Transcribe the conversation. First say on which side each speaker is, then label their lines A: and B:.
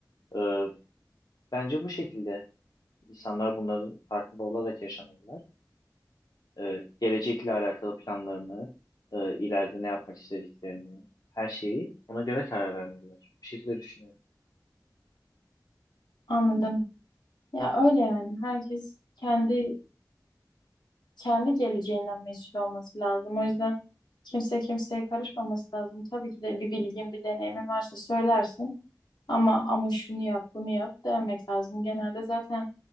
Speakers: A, on the left; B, on the left.
A: ee, bence bu şekilde insanlar bunların farkında olarak yaşamalılar. Ee, gelecekle alakalı planlarını, e, ileride ne yapmak istediklerini, her şeyi ona göre karar vermeliler. Bu şekilde düşünüyorum.
B: Anladım. Ya öyle yani. Herkes kendi kendi geleceğinden mesul olması lazım. O yüzden kimse kimseye karışmaması lazım. Tabii ki de bir bilgin, bir deneyimin varsa söylersin. Ama ama şunu yap, bunu yap demek lazım. Genelde zaten